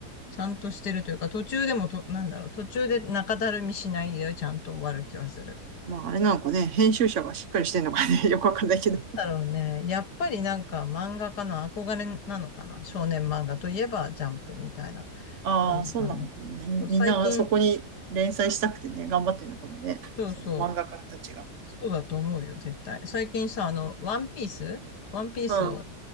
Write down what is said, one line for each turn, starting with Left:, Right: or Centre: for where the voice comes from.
Left: ちゃんとしてるというか、途中でもと、なんだろう、途中で中だるみしないで、ちゃんと終わる気はする。
Right: まああれなんかね、編集者がしっかりしてんのかね、<laughs> よくわかんないけど。
Left: だろうね。やっぱりなんか漫画家の憧れなのかな。少年漫画といえばジャンプみたいな
Right: ああ、
Left: 感じかな。
Right: そうなのかもね。
Left: そう最近、
Right: みんながそこに連載したくてね、頑張ってんのかもね。
Left: そうそ
Right: その漫画家たちが。
Left: う、そうだと思うよ、絶対。最近さ、あの、ワンピースワンピースを、
Right: うん。